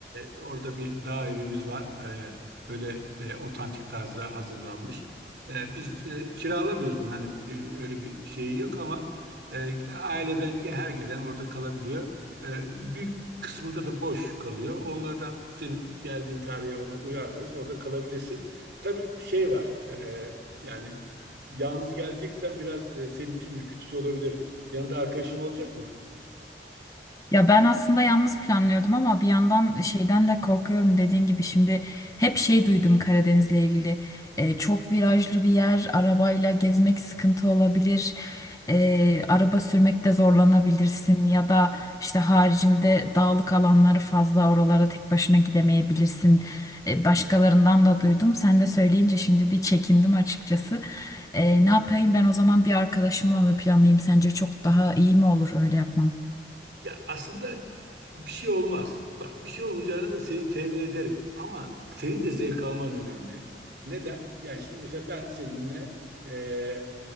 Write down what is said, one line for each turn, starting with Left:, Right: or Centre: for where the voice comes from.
Right: e, orada bir dağ evimiz var. E, böyle e, otantik tarzda hazırlanmış. E, biz e, kiralamıyoruz bunu hani e, öyle bir şeyi yok ama e, aileden ki her gelen orada kalabiliyor. Ee, büyük kısmında da boş kalıyor. Onlardan senin geldiğin tarihe ona uyarlarız. Orada kalabilirsin. Tabii şey var. e, yani yalnız geleceksen biraz e, senin için ürkütücü olabilir. Yanında arkadaşın olacak mı?
Left: Ya ben aslında yalnız planlıyordum ama bir yandan şeyden de korkuyorum dediğin gibi şimdi hep şey duydum Karadeniz'le ilgili E, çok virajlı bir yer arabayla gezmek sıkıntı olabilir E, araba sürmekte zorlanabilirsin ya da işte haricinde dağlık alanları fazla oralara tek başına gidemeyebilirsin E, başkalarından da duydum sen de söyleyince şimdi bir çekindim açıkçası E, ne yapayım ben o zaman bir arkadaşımla mı planlayayım sence çok daha iyi mi olur öyle yapmam?
Right: Ya aslında bir şey olmaz. Bak bir şey olmayacağını da seni temin ederim. Ama senin de zevk alman önemli. Neden? Yani şimdi mesela ben seninle e,